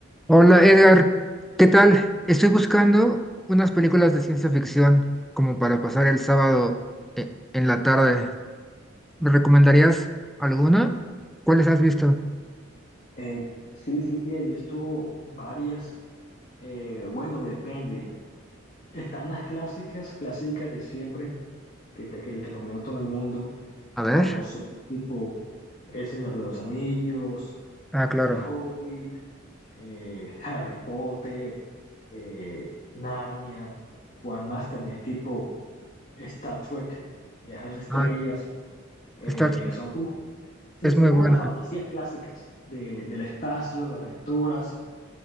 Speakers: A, in the centre; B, on the left.
A: Hola Edgar, ¿qué tal? Estoy buscando unas películas de ciencia ficción como para pasar el sábado eh, en la tarde. ¿Me recomendarías alguna? ¿Cuáles has visto?
B: Eh, sí, sí, sí, he visto varias. eh, bueno, depende. Están las clásicas, clásicas de siempre, que, te, que le recomiendo a todo el mundo,
A: A ver.
B: como son tipo El Señor de los Anillos,
A: Ah, claro.
B: El Hobbit, eh, Harry Potter, eh, Narnia, cual más también tipo Star Trek, Viajes a las Estrellas.
A: Ah,
B: eh,
A: Star Trek
B: son como, sí,
A: es
B: son
A: muy
B: como
A: buena,
B: las fantasías clásicas de, del espacio, de aventuras.